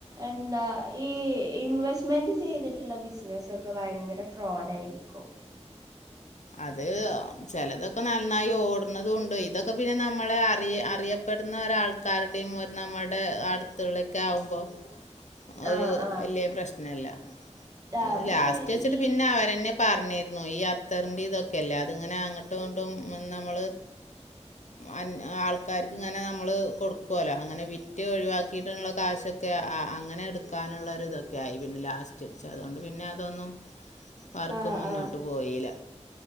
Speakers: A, on the right (about 30°); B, on the left (about 80°).
A: എന്താ ഈ ഇൻവെസ്റ്റ് ഇൻവെസ്റ്റ്‌മെന്റ്റ് ചെയ്തിട്ടുള്ള ബിസിനസോക്കെ ഭയങ്കര ഫ്രോഡ് ആയിരിക്കും
B: അത് ചെലതൊക്ക നന്നായി ഓടുന്നതുണ്ട് ഇതൊക്കെ പിന്നെ നമ്മളെ അറിയ അറിയ പ്പെടുന്ന ഒരാൾക്കാരുടെയും നമ്മടെ അടുത്തുള്ളൊക്കെ ആകുമ്പോ ഒരു
A: ആ ആ
B: വലിയേ പ്രശ്നല്ല
A: ആ
B: അത്
A: പക്ഷെ
B: ലാസ്റ്റ് വെച്ചിട്ട്
A: ഈ
B: പിന്നെ അവരന്നെ പറഞ്ഞിരുന്നു ഈ അ തെറണ്ടി ഇതൊക്കെയല്ലേ അതിങ്ങനെ അങ്ങോട്ടും ഇങ്ങോട്ടും വന്ന് നമ്മൾ അൻ ആൾക്കാർക്ക് ഇങ്ങനെ നമ്മള് കൊടുക്കോല അങ്ങനെ വിറ്റ് ഒഴിവാക്കിയിട്ടുള്ള കാശൊക്കെ അ അ അങ്ങനെ ഇടുക്കാനുള്ള ഒരു ഇതൊക്കെ ആയി പിന്നെ ലാസ്റ്റ് വച്ച് അതുകൊണ്ട് പിന്നെ അതൊന്നും വർക്ക്
A: ആ
B: മുന്നോട്ട്
A: ആ
B: പോയീല